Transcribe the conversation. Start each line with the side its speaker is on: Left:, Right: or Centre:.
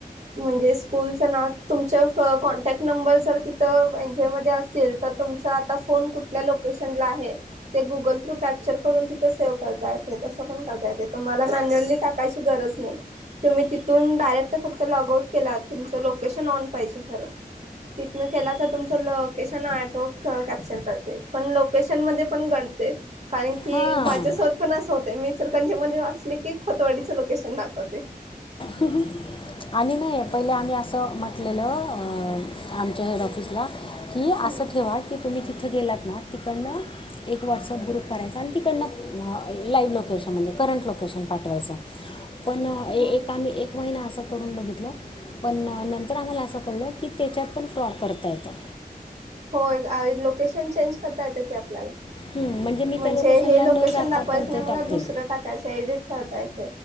Right: म्हणजे स्कूलच नाव तुमच्या क कॉन्टॅक्ट नंबर जर तिथं एन जी ओमध्ये असतील तर तुमचा आता फोन कुठल्या लोकेशनला आहे ते गुगल थ्रू कॅप्चर करून तिथं सेव्ह करता येते तसं पण करता येते तुम्हाला मॅन्युअली टाकायची गरज नाही तुम्ही तिथून डायरेक्ट फक्त लॉग आउट केला तुमचं लोकेशन ऑन पाहिजे खरं तिितन केला तर तुम लोकेशन टो कॅप्चर करते पण लोकेशन मध्ये पण गडते कारण की
Left: हां
Right: माझ्यासोबत पण असं होत मी सरकंजी मध्ये वाचले की खोतवाडीचं लोकेशन लागत कते
Left: ह आणि नाही पहिले आम्ही असं म्हटलेलं आमच्या हेड ऑफिसला हि
Right: हो
Left: असं ठेवा की तुम्ही तिथ तिथं गेलात ना तिकडनं एक व्हॉट्सअप ग्रुप करायचा आणि तिकडनं लाईव्ह लोकेशन म्हणजे करंट लोकेशन पाठवायचं पण ए-एक
Right: हो
Left: एक महिना असं करून बघितलं पण नंतर आम्हाला असं कळलं की त्याच्यात पण फ्रॉड करता येतं. <inaudible>
Right: होय, लोकेशन चेंज करता येतं की आपल्याला.
Left: हं, मी
Right: म्हणजे
Left: त्या लोकेशनला
Right: हे लोकेशन
Left: न जाता
Right: दाखवायचं
Left: पण
Right: नाही
Left: ते
Right: मला
Left: टाकते
Right: दुसरं टाकायचं एडिट करता येत.